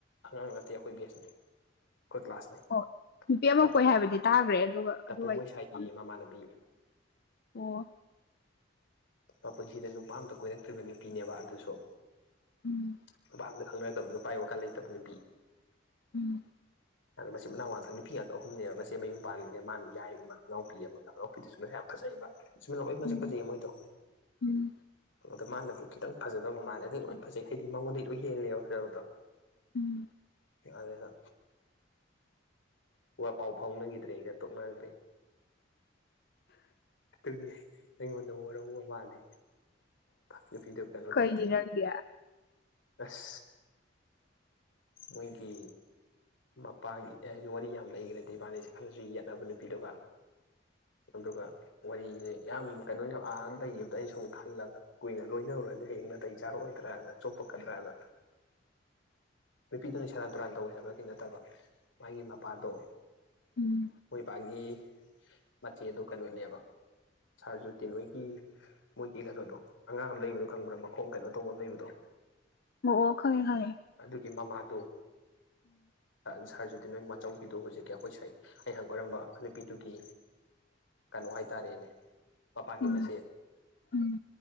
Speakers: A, on the left; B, on the left.
A: ꯑꯉꯥꯡ ꯅꯠꯇꯦ ꯑꯩꯈꯣꯏ ꯕꯦꯁꯅꯦ ꯑꯩꯈꯣꯏ ꯀ꯭ꯂꯥꯁꯅꯦ
B: ꯑꯣ ꯅꯨꯄꯤ ꯑꯃ
A: ꯇꯄꯨ
B: ꯀꯣꯏ ꯍꯥꯏꯕꯗꯤ ꯇꯥꯈ꯭ꯔꯦ ꯑꯗꯨꯒ
A: ꯇꯄꯨ
B: ꯑꯗꯨ
A: ꯃꯣꯏꯁꯥꯏꯒꯤ
B: ꯑꯩꯗꯗꯤ ꯈꯪꯗꯦ
A: ꯃꯃꯥꯟꯅꯕꯤ
B: ꯑꯣ
A: ꯃꯄꯨꯟꯁꯤꯗ ꯅꯨꯄꯥ ꯑꯝꯇ ꯀꯣꯏꯔꯛꯇ꯭ꯔꯤꯕ ꯅꯨꯄꯤꯅꯦꯕ ꯑꯗꯨꯁꯨ
B: ꯎꯝ
A: ꯅꯨꯚꯞꯅ ꯈꯪꯅꯔꯛꯇꯕ ꯅꯨꯄꯥ ꯋꯥꯈꯜ ꯂꯩꯇꯕ ꯅꯨꯄꯤ
B: ꯎꯝ
A: ꯃꯆꯤꯟ ꯃꯅꯥꯎꯥꯛꯛꯇ ꯅꯨꯄꯤ ꯉꯥꯛꯇ ꯑꯍꯨꯝꯅꯦꯕ ꯃꯆꯦ ꯃꯌꯨꯝ ꯄꯥꯟꯈ꯭ꯔꯦ ꯃꯥꯅ ꯌꯥꯏ ꯑꯃ ꯉꯉꯥꯎꯄꯤ ꯑꯃꯒ ꯉꯉꯎꯄꯤꯗꯨꯁꯨ ꯃꯁ ꯌꯥꯝ ꯐ ꯐꯖꯩꯕ ꯆꯤꯟꯃꯤꯅꯥꯎ ꯂꯣꯏꯅꯁꯨ
B: ꯎꯝ
A: ꯈꯠꯩꯌꯦ ꯃꯣꯏꯗꯣ
B: ꯎꯝ
A: ꯑꯗꯣ ꯃꯥꯅꯕꯨ ꯈꯤꯇꯪ ꯐꯖꯗꯕ ꯃꯥꯜꯂꯦ ꯑꯗꯨꯩ ꯂꯣꯏ ꯐꯖꯩ ꯍꯥꯏꯗꯤ ꯃꯉꯣꯟꯗꯒꯤꯩ ꯂꯣꯏ ꯍꯦꯜꯂꯦꯕ ꯍꯥꯏꯔꯕꯗꯣ
B: ꯎꯝ
A: ꯑꯗꯦꯗ ꯋꯥ ꯄꯥꯎ ꯐꯥꯎꯅꯈꯤꯗ꯭ꯔꯦ ꯑꯩꯒ ꯇꯣꯛꯅꯈ꯭ꯔꯦ ꯑꯗꯨꯒꯤ ꯑꯩꯉꯣꯟꯗ ꯋꯥꯔꯕ ꯃꯥꯗꯦ ꯅꯨꯄꯤꯗꯨꯕ ꯀꯩꯅꯣ
B: ꯀꯩꯒꯤ
A: ꯇꯧꯗꯦ
B: ꯅꯪꯗꯤ
A: ꯑꯁ ꯃꯣꯏꯒꯤ ꯃꯄꯥꯒꯤ ꯋꯥꯔꯤ ꯌꯥꯝ ꯂꯩꯈ꯭ꯔꯗꯤ ꯏꯕꯥꯅꯤꯁꯦ ꯈꯜꯂꯁꯨ ꯌꯦꯠꯂꯅꯕ ꯅꯨꯄꯤꯗꯨꯒ ꯑꯗꯨꯒ ꯋꯥꯔꯤꯁꯦ ꯌꯥꯝ ꯀꯩꯅꯣ ꯌꯧ ꯂꯩꯕꯗ ꯑꯩ ꯁꯨꯝ ꯈꯜꯂꯒ ꯀꯨꯏꯅ ꯂꯣꯏꯅꯔꯨꯔꯗꯤ ꯍꯌꯦꯡ ꯅꯥꯇꯩ ꯆꯥꯔꯛꯑꯣꯏꯗ꯭ꯔꯥꯅ ꯆꯣꯄꯛꯀꯗ꯭ꯔꯥꯅ ꯅꯨꯄꯤꯗꯨꯅ ꯁꯦꯔꯥꯟ ꯇꯨꯔꯥꯟ ꯇꯧꯋꯦ ꯍꯥꯏꯕꯒꯤ ꯅꯠꯇꯕ ꯃꯥꯒꯤ ꯃꯄꯥꯗꯣ
B: ꯎꯝ
A: ꯃꯣꯏꯄꯥꯛꯒꯤ ꯃꯆꯦ ꯑꯗꯨ ꯀꯩꯅꯣꯅꯦꯕ ꯁꯥꯔꯖꯨꯇꯤ ꯍꯣꯏꯒꯤ ꯃꯣꯏꯒꯤ ꯀꯩꯅꯣꯗꯣ ꯑꯉꯥꯡ ꯑꯃ ꯂꯩꯕꯗꯣ ꯈꯪꯕ꯭ꯔ ꯃꯈꯣꯡ ꯀꯩꯅꯣ ꯇꯧꯕ ꯑꯃ ꯂꯩꯕꯗꯣ <inaudible>
B: ꯑꯣ ꯈꯣꯏ ꯈꯅꯤ
A: ꯑꯗꯨꯒꯤ ꯃꯃꯥꯗꯣ ꯁꯥꯔꯖꯨꯗꯤ ꯅꯣꯏ ꯑꯆꯧꯕꯤꯗꯨ ꯍꯧꯖꯤꯛꯀꯤ ꯑꯩꯈꯣꯏ ꯁꯥꯏ ꯑꯩꯅ ꯍꯪꯕ ꯑꯣꯏꯔꯝꯕ ꯅꯨꯄꯤꯗꯨꯒꯤ ꯀꯩꯅꯣ ꯍꯥꯏꯇꯥꯔꯦꯅꯦ ꯄꯄꯥꯛꯀꯤ
B: ꯎꯝ
A: ꯃ
B: ꯎꯝ